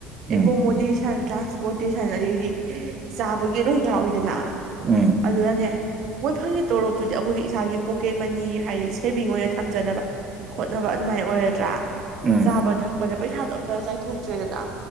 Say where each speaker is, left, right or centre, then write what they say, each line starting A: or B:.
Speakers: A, on the right; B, on the right.
A: ꯎꯝ
B: ꯑꯦꯀꯣꯃꯣꯗꯦꯁꯟ ꯇ꯭ꯔꯥꯟꯁꯄꯣꯔꯇꯦꯁꯟ ꯑꯗꯩꯗꯤ ꯆꯥꯕꯒꯤ ꯂꯣꯏ ꯌꯥꯎꯋꯤꯗꯅ
A: ꯎꯝ
B: ꯑꯗꯨꯅꯅꯦ ꯃꯣꯏ ꯐꯪꯉꯦ ꯇꯧꯔꯣꯞꯇꯨꯗꯤ ꯑꯩꯈꯣꯏꯒꯤ ꯏꯁꯥꯒꯤ ꯄꯣꯀꯦꯠ ꯃꯅꯤ ꯍꯥꯏꯗꯤ ꯁꯦꯚꯤꯡ ꯑꯣꯏꯅ ꯊꯝꯖꯅꯕ ꯈꯣꯠꯅꯕ ꯑꯗꯨꯃꯥꯏꯅ ꯑꯣꯏꯔꯗ꯭ꯔꯥ
A: ꯎꯝ
B: ꯆꯥꯕ ꯊꯛꯄꯗ ꯄꯩꯁꯥꯗꯣ ꯑꯝꯇ ꯆꯥꯏꯊꯣꯛꯇ꯭ꯔꯦꯗꯅ